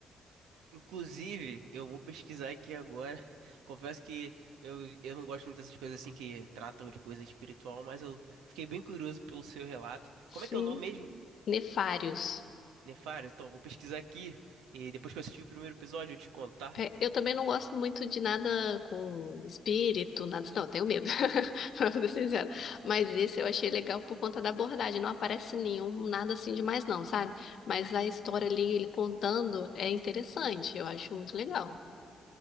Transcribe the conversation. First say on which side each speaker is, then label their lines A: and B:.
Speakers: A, on the right; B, on the left.
A: Inclusive, eu vou pesquisar aqui agora. <laughs> Confesso que eu, eu não gosto muito dessas coisas assim que tratam de coisa espiritual, mas eu fiquei bem curioso pelo seu relato.
B: Sim.
A: Como é que é o nome mesmo?
B: Nefários.
A: Nefares? Então, eu vou pesquisar aqui e depois que eu assistir o primeiro episódio eu te contar.
B: É, eu também não gosto muito de nada com espírito, nada. Não, eu tenho medo, <laughs> pra ser sincero. Mas esse eu achei legal por conta da abordagem. Não aparece nenhum, nada assim demais, não, sabe? Mas a história ali, ele contando, é interessante. Eu acho muito legal.